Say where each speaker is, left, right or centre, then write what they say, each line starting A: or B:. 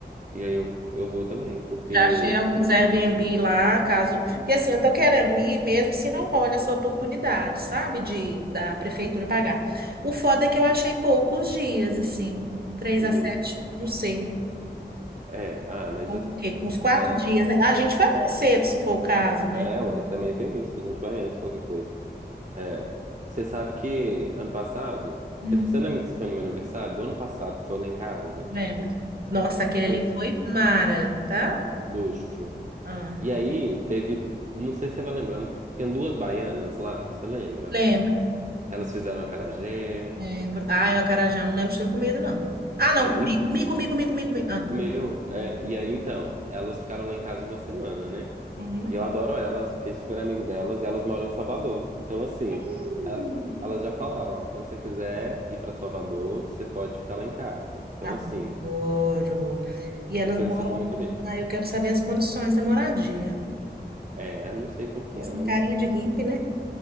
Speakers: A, on the right; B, on the right.
A: e aí eu, eu vou também, porque.
B: Já achei alguns Airbnb lá, caso. Porque assim, eu tô querendo ir mesmo se não rola essa oportunidade, sabe? De da prefeitura pagar. O foda é que eu achei poucos dias, assim, três
A: Uhum,
B: a sete, não sei.
A: é, ah, mas.
B: Porque
A: as-
B: uns quatro
A: ah,
B: dias, né? Ah, A gente vai mais cedo, se for o caso, né?
A: é, ué, também tem isso. A gente vai antes, qualquer coisa. É, você sabe que ano passado,
B: Hum,
A: você, você lembra que você foi no meu aniversário? Do ano passado, que foi lá em casa?
B: lembro.
A: Hum.
B: Nossa, aquele
A: Aí,
B: ali foi mara, tá?
A: luxo.
B: Ah,
A: E aí teve, não sei se você vai lembrando, tinha duas baianas lá, você lembra?
B: lembro,
A: Elas fizeram acarajé,
B: lembro. Ah, eu acarajé, eu não lembro de ter comido, não. Ah, não,
A: é,
B: comi,
A: enfim,
B: comi, comi, comi, comi, comi. Ah.
A: comeu. É, e aí então, elas ficaram lá em casa uma semana, né?
B: Uhum.
A: E eu adoro elas, fiquei super amigo delas, e elas moram em Salvador. Então assim,
B: Hum,
A: a- elas já falaram, ó, quando você quiser ir pra Salvador, você pode ficar lá em casa. Então
B: Adoro.
A: assim,
B: E elas
A: Tô pensando
B: moram.
A: muito nisso.
B: Ah, eu quero saber as condições da moradia.
A: É, não sei como que
B: Elas
A: é,
B: têm
A: mas.
B: carinha de hippie, né?